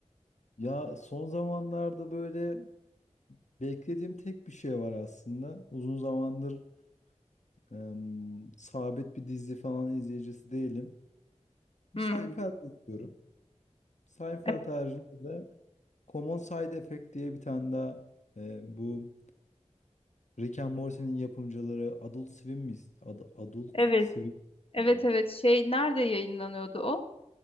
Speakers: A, on the left (about 70°); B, on the left (about 50°).
A: Ya son zamanlarda böyle beklediğim tek bir şey var aslında. Uzun zamandır em, sabit bir dizi falan izleyicisi değilim.
B: Hmm.
A: Bir Seinfeld izliyorum. Seinfeld
B: E-
A: haricinde de Common Side Effect diye bir tane daha e, bu Rick and Morty'nin yapımcıları Adult Swim mi? Ad- Adult
B: Evet,
A: Swim
B: evet,
A: miydi?
B: evet. Şey nerede yayınlanıyordu o?